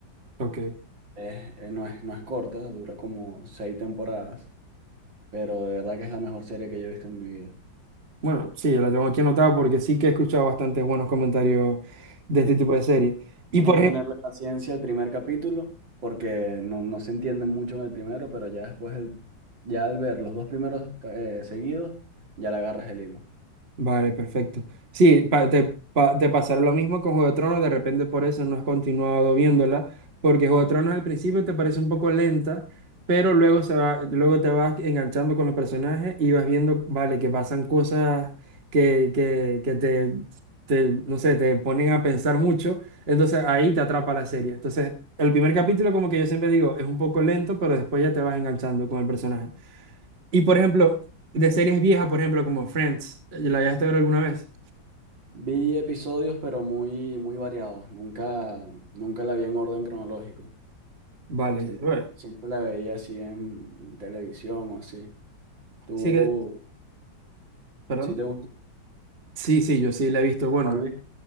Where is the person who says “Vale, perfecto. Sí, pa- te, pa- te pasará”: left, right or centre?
Right